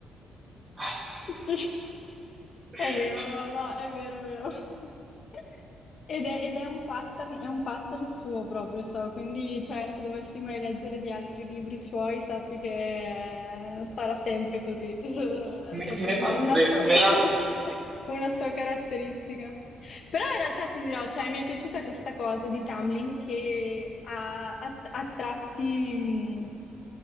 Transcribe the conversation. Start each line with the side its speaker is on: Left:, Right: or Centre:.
Right: <laughs>
Left: sì. È vero, no, no, è vero, è vero. <laughs> Ed è, ed è un pattern, è un pattern suo proprio, so, quindi cioè, se dovessi mai leggere di altri libri suoi, sappi che eh, sarà sempre così, <laughs> è
Right: Me,
Left: proprio
Right: me
Left: un-
Right: l'hanno
Left: una
Right: detto,
Left: sua,
Right: me
Left: <laughs>
Right: l'hanno detto.
Left: una sua caratteristica. Però in realtà ti dirò, cioè, mi è piaciuta questa cosa di Tamlin che ha, ha- ha tratti, mh,